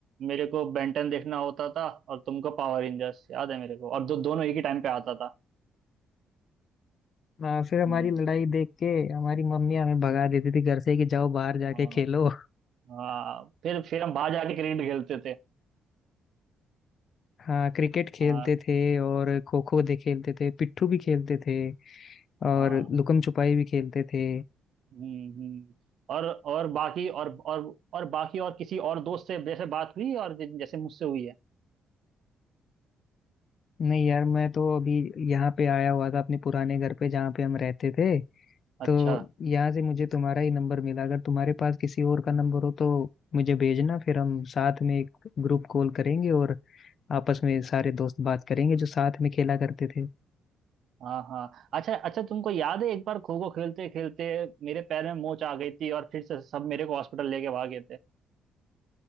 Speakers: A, on the right (about 65°); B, on the left (about 55°).
A: मेरे को बेंटन देखना होता था और तुमको पावर रेंजर्स याद है मेरे को और दो, दोनों एक ही टाइम पे आता था
B: हाँ फिर हमारी
A: हम्म,
B: लड़ाई देख के हमारी मम्मी हमें भगा देती थी घर से कि जाओ बाहर जाके
A: हाँ
B: खेलो
A: हाँ फिर फिर हम बाहर जाके क्रिकेट खेलते थे
B: हाँ क्रिकेट खेलते
A: हाँ
B: थे और खो खो दे खेलते थे पिट्ठू भी खेलते थे
A: हाँ
B: और लुकम छुपाई भी खेलते थे
A: हम्म हम्म। और और बाकी और और और बाकी और किसी और दोस्त से जैसे बात हुई और जि- जैसे मुझसे हुई है
B: नहीं यार मैं तो अभी यहाँ पे आया हुआ था अपने पुराने घर पे जहाँ पे हम रहते थे तो
A: अच्छा
B: यहाँ से मुझे तुम्हारा ही नंबर मिला अगर तुम्हारे पास किसी और का नंबर हो तो मुझे भेजना फिर हम साथ में एक ग्रुप कॉल करेंगे और आपस में सारे दोस्त बात करेंगे जो साथ में खेला करते थे
A: हाँ हाँ अच्छा अच्छा तुमको याद है एक बार खो खो खेलते खेलते मेरे पैर में मोच आ गई थी और फिर से सब मेरे को हॉस्पिटल लेके भाग गए थे